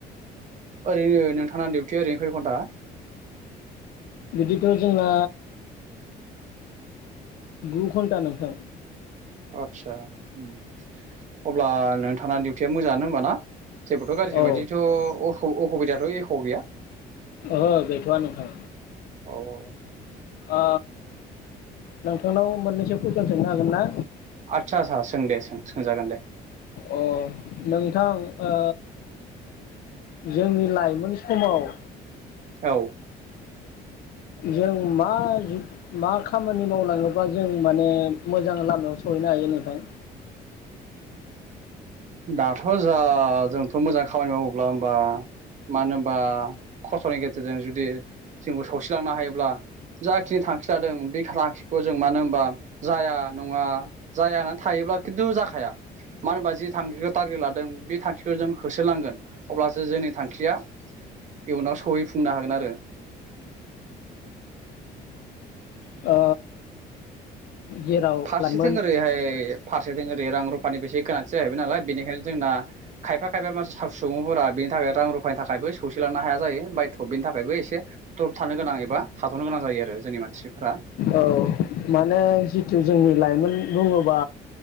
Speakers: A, on the right (about 45°); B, on the left (about 65°).
A: ओरैनो नोंथांना दिउटिया ओरैनो खै घन्टा
B: बिदिथ' जोंना गु घन्टा नोंथां
A: आतसा उम अब्ला नोंथांना दिउटिया मोजाङानो होनबा ना? जेबोथ' गारजि
B: औ
A: बायदिथ' अ अ अखबिदाथ' एख' गैया?
B: ओहो गैथ'आ नोंथां।
A: औ औ।
B: ओ नोंथांनाव मोननैसो कुइसन सोंनो हागोन ना?
A: आदसा सा सों दे सों सोंजागोन दे।
B: अ नोंथां ओ जोंनि लाइमोन समाव
A: औ।
B: जों मा मा खामानि मावलाङोबा जों माने मोजां लामायाव सहैनो हायो नोंथां?
A: दाथ' जा जोंथ' मोजां खामानि मावोब्ला होनबा मानो होनबा खस्थ'नि गेजेरजों जुदि जोंबो सौसिलांनो हायोब्ला जाखिनि थांखि लादों बे थांखिखौ जों मानो होनबा जाया नङा जाया होननानै थायोब्ला खिन्थु जाखाया मानो होनबा जि थांखिखौ थारगेट लादों बे थांखिखौ जों होसोलांगोन अब्लासो जोंनि थांखिया इयुनाव सहैफुंनो हागोन आरो।
B: ओ। जेराव
A: फारसेथिं
B: लाइमोन
A: ओरैहाय फारसेथिं ओरै रां रुफानिबो एसे गोनांथि जाहैबाय नालाय बेनिखायनो जोंना खायफा खायफा <unintelligible> सुबुंफोरा बेनि थाखाय रां रुफानि थाखायबो सौसिलांनो हाया जायो बायथ' बेनि थाखायबो एसे द्रब थानो गोनां एबा थाथ'नो गोनां जायो आरो जोंनि मानसिफोरा।
B: औ माने जि जि जोंनि लाइमोन बुङोबा